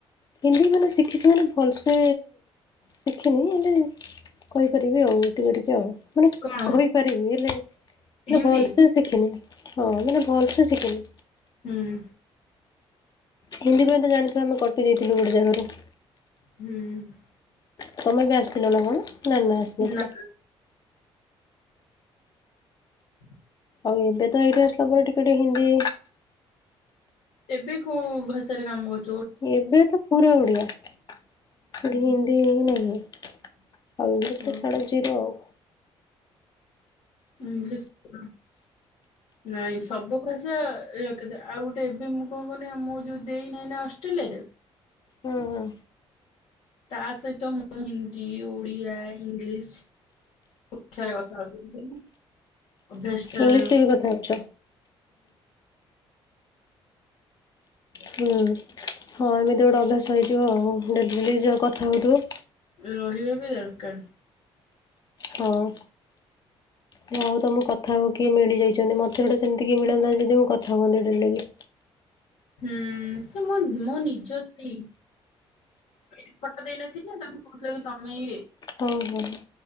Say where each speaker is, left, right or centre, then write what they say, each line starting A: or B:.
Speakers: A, on the left (about 40°); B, on the left (about 70°).
A: ହିନ୍ଦୀ ମାନେ ଶିଖିଛି ମାନେ ଭଲସେ ଶିଖିନି ହେଲେ। କହିପାରିବି ଆଉ ଟିକେ ଟିକେ ଆଉ ମାନେ
B: କଣ
A: କହିପାରିବି ହେଲେ ହେଲେ
B: ହିନ୍ଦୀ
A: ଭଲସେ ସି ଶିଖିନି ହଁ ମାନେ ଭଲସେ ଶିଖିନି।
B: ହୁଁ।
A: ହିନ୍ଦୀ ଜଦି ଜାଣିଥିବା ଆମେ କଟି ଯାଇଥିଲୁ ଗୋଟେ ଜାଗାରୁ।
B: ହୁଁ।
A: ତମେ ଏବେ ଆସିଥିଲ ନା କଣ ନା ନାଁ ଆସିନଥିଲ।
B: ନା <inaudible>
A: ଆଉ ଏବେ ତ ଏଇଠି ଆସିଲା ପରେ ଟିକେ ଟିକେ ହିନ୍ଦୀ
B: ଏବେ କୋଉ ଭାଷାରେ କାମ କରୁ
A: ଏବେ ତ ପୁରା ଓଡିଆ ସେଠ ହିନ୍ଦୀ ହିଁ ନାହିଁ। ଆଉ ଇଂଲିଶ
B: ଓ
A: ତ ଛାଡ ଜିରୋ ଆଉ।
B: ଇଙ୍ଗଲିସ ନାଇଁ ସବୁ ଭାଷା ରଖିଥାଏ ଆଉ ଗୋଟେ ଏବେ ମୁଁ କଣ କନି ମୁଁ ଯୋଉ ଦେଇନାହିଁ ନା ଅଷ୍ଟ୍ରେଲିଆରେ
A: ହଁ ହଁ
B: ତା ସହିତ ମୁଁ ହିନ୍ଦୀ ଓଡ଼ିଆ ଇଂଲିଶ ପଛରେ କଥା <unintelligible> ଅଭ୍ୟାସ ହୁଁ।
A: ଇଂଲିଶରେ ବି କଥା ହଉଛ ହୁଁ ହଁ ଏମିତି ଗୋଟେ ଅଭ୍ୟାସ ହେଇଯିବ ଆଉ ଡେଲି ଡେଲି ଯା କଥା ହେଉଥିବ।
B: ରହିବା ବି ଦରକାର।
A: ହଁ। ଯାହା ହେଉ ତମ କଥା ହବ କିଏ ମିଳିଯାଇଛନ୍ତି ମତେ ଗୋଟେ ସେମିତି କିଏ ମିଳନ୍ତା ଯଦି ମୁଁ କଥା ହୁଅନ୍ତି ଡେଲି ଡେଲି।
B: ହୁଁ ସେ ମୋ ନିଜ ଦି ଏ ଫଟା ଦେଇନଥିଲି ନା ତମେ କହୁଥିଲ କି ତମେ ଇଏ।
A: ହୋଉ ହୋଉ।